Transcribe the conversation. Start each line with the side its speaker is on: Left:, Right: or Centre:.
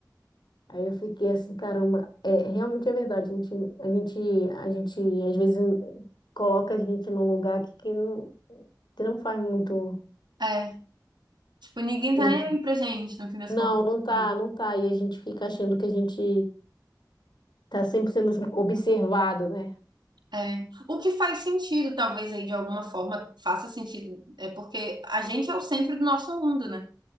Left: Aí eu fiquei assim, caramba, é, realmente é verdade. A gente, a gente, a gente às vezes coloca a gente num lugar que, que não, que não faz muito
Right: É. Tipo, ninguém tá
Left: sentido.
Right: nem aí pra gente, no fim das
Left: Não,
Right: contas.
Left: não tá,
Right: assim.
Left: não tá. E a gente fica achando que a gente tá sempre sendo observado, né?
Right: É. O que faz sentido, talvez, aí, de alguma forma, faça sentido. É porque a gente é o centro do nosso mundo, né?